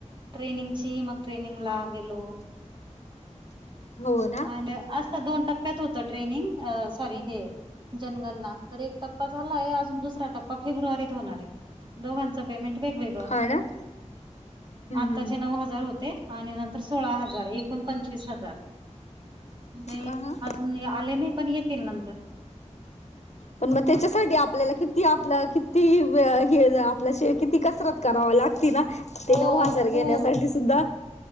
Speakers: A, on the right; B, on the left.
A: ट्रेनिंगची मग ट्रेनिंग ला गेलो.
B: हो ना
A: <unintelligible> आज तर दोन टप्प्यात होत ट्रेनिंग अ सॉरी हे जनगणना तर एक टप्पा झालाये अजून दुसरा टप्पा फेब्रुवारीत होणार आय दोघांच पेमेंट वेगवेगळं
B: हा ना हम्म
A: आताचे
B: हम्म
A: नऊ हजार होते आणि तर सोळा हजार एकोण पंचवीस हजार म्हण तेे
B: हम्म.
A: अजून आले नाही पण येतील नंतर
B: पण मग त्याच्यासाठी आपल्याला किती आपलं किती हे आपला किती कसरत करावा लागती ना
A: हो
B: ते नऊ हजर
A: हो
B: येण्यासाठी सुद्धा